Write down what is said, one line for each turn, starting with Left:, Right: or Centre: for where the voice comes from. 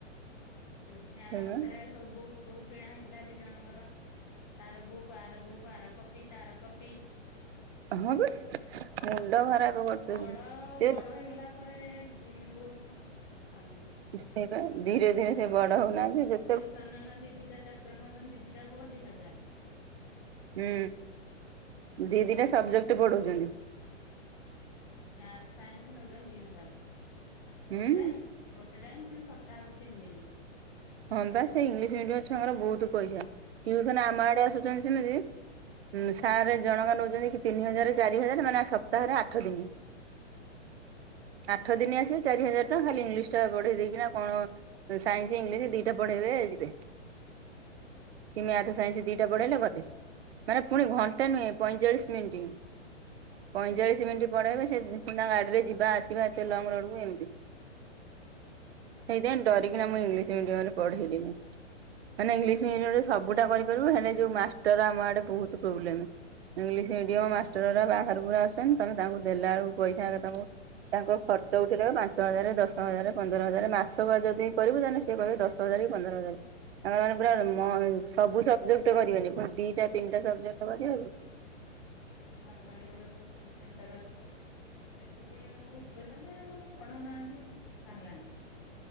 Left: ପୁଣି ଆର
Right: ସେଇବା
Left: ମାସରେ ସବୁ ବୁକ୍ ଫୁକୁ କିଣା ହେଇଥିଲା ଦି ଜଣଙ୍କର। ତାର ବୁକ ଆର ବୁକ, ଆର କପି ତାର କପି
Right: ହଁ ବା ମୁଣ୍ଡ ଖରାପ କରୁଛନ୍ତି।
Left: ବଡ
Right: ସେ
Left: ବଡ ହେଇଗଲା ପରେ ଏ ଉଁ ବହୁତୁ ଖର୍ଚ୍ଚ ସାମାନ
Right: ସେଇ ବା ଧୀରେ ଧୀରେ ସେ ବଡ ହଉନାହାନ୍ତି ଯେ
Left: ଟ୍ୟୁସନ ନା ନା ଦିଦିଟା ଚାପଟର ନଉଛନ୍ତି ଦିଦିଟା କୁ ଦିହଜାର।
Right: ହୁଁ ଦିଦିଟା ସବଜେକ୍ଟ ପଢଉଛନ୍ତି।
Left: ମାର୍ଥ ସାଇନ୍ସି ନେଉଛନ୍ତି ଦି ହଜାର ଗୋଟେ
Right: ହୁଁ।
Left: ଟାଇମ୍ ଗୋଟେ ଟାଇମ୍ ପୁଣି ସପ୍ତାହକୁ ତିନି ଦିନ
Right: ହଁ ବା ସେ ଇଂଲିଶ ମିଡିୟମ ଛୁଆଙ୍କର ବହୁତ ପଇସା ଟ୍ୟୁସନ ଆମ ଆଡେ ଆସୁଛନ୍ତି ସେମିତି ଉଁ ସାର୍ ଜଣଙ୍କେ ନଉଛନ୍ତି କି ତିନି ହଜାର ଚାରି ହଜାର ମାନେ ସପ୍ତାହରେ ଆଠ ଦିନି ଆଠ ଦିନି ଆସିବେ ଚାରି ହଜାର ଟଙ୍କା ଖାଲି ଇଂଲିଶ ଟା ପଢେଇ ଦେଇକିନା କଣ? ସାଇନ୍ସି ଇଂଲିଶ ଦିଟା ପଢେଇବେ ଯିବେ କି ମାର୍ଥ୍
Left: ହୁଁ
Right: ସାଇନ୍ସ ଦି ଦି ଟା ପଢ଼େଇଲେ ଗଲେ ମାନେ ପୁଣି ଘଣ୍ଟେ ନୁହେଁ ପଇଁଚାଳିଶ ମିନିଟ୍ ପଇଁଚାଳିଶି ଦି ମିନିଟ୍ ପଢେଇବେ ସେ ତାଙ୍କ ଗାଡି ରେ ଯିବା ଆସି କିବା ଏତେ ଲଙ୍ଗରୋଡ କୁ ଏମିତି ସେଇଥୀ ପାଇଁ ଡରିକିନା ମୁଁ ଇଂଲିଶ ସେ ଇନଡିଆ ବାଲା ପଢେଇଲେନି। କାହିଁକି ନା ଇଂଲିଶ ମିଡିୟମ ରେ ସବୁଟା କରିପାରିବୁ। ହେନେ ଯୋଉ ମାଷ୍ଟର ଆମ ଆଡେ ବହୁତୁ ପ୍ରୋବ୍ଲେମ। ଇଂଲିଶ ମିଡିୟମ ମାଷ୍ଟରରା ବାହାରକୁରୁ ଆସୁଛନ୍ତି। ତମେ ତାଙ୍କୁ ଦେଲା ବେଳକୁ ପଇସା ତାଙ୍କୁ ତାଙ୍କ ଖର୍ଚ୍ଚ ଉଠିଲା ବେଳକୁ ପାଞ୍ଚ ହଜାର ଦଶ ହଜାର ପନ୍ଦର ହଜାର ମାସକୁ ବା ଯଦି କରିବୁ। ତାହେନେ ଶ କହିବେ ଦଶ ହଜାର କି ପନ୍ଦର ହଜାର। ତାଙ୍କର ମାନେ ପୁରା ମ ସବୁ ସବଜେକ୍ଟ କରିବେନି ପୁଣି ଦିଟା ତିନିଟା ସବଜେକ୍ଟ କରିବେ।
Left: କେଇନ ଆମ ଘର ପାଖରେ ଗୋଟେ କୋଚିଂ ସେଣ୍ଟର ଅଛି। ସେଠି ବି ବହୁତ ପଇସା ଯେ ମାନେ ପଢଉନାହାନ୍ତି ଇଛା ହେଲାନି।